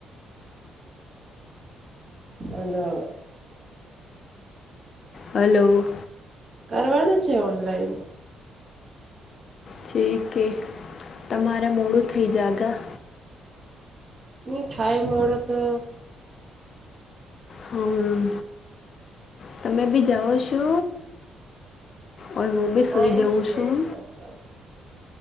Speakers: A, on the right; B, on the left.
A: <unintelligible>
B: હલો.
A: કરવાનું છે ઓનલાઈન
B: છે કે તમારે મોડું થઇ જાગા
A: ની થાાય મોડુ તો
B: હમ્મ તમે બી જાઓ છો ઓ હું બી
A: ટાઈમ
B: સૂઈ જઉં
A: છે
B: છું.
A: એના તો